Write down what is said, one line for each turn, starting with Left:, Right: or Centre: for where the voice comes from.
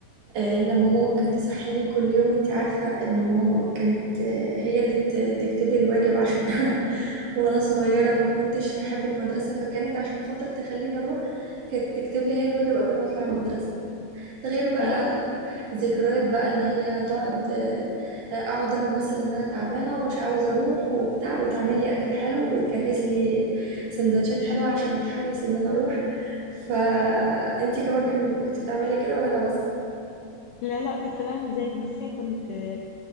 Right: آه، لما ماما كانت تصحيني كل يوم انت عارفة ان ماما كانت آه، هي اللي ت- تكتب لي الواجب عشان <laughs> انا وانا صغيرة ما كنتش احب المدرسة فكانت عشان خاطر تخليني اروح كانت تكتب لي هي الواجب قبل ما اطلع المدرسة ده غير بقى
Left: ايه
Right: ذكريات بقى ان هي تقعد آه، آه، اقعد انا امثل ان انا تعبانة ومش عاوزة اروح وبتاع وتعمل لي اكل حلو وتجهز لي سندوتشات حلوة عشان اتحمس ان انا اروح فانتي كمان كان كنت بتعملي كده ولا انا بس
Left: لا لا كنت بعمل زيك بصي كنت آه،